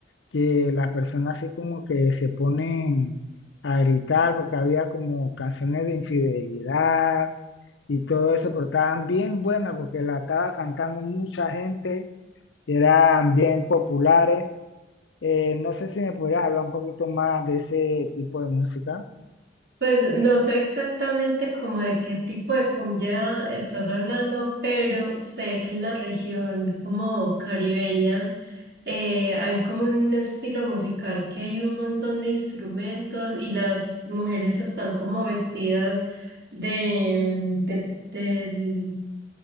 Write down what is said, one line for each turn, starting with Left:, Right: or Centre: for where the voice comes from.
Left: que las personas así como que se ponen a gritar porque había como canciones de infidelidad y todo eso, pero estaban bien buenas porque la estaba cantando mucha gente, eran bien populares. Eh, no sé si me podrías hablar un poquito más de ese tipo de música.
Right: Pues no sé exactamente como de qué tipo de cumbia estás hablando, pero sé que en la región como caribeña eh, hay como un estilo musical que hay un montón de instrumentos y las mujeres están como vestidas de, mm, del, del-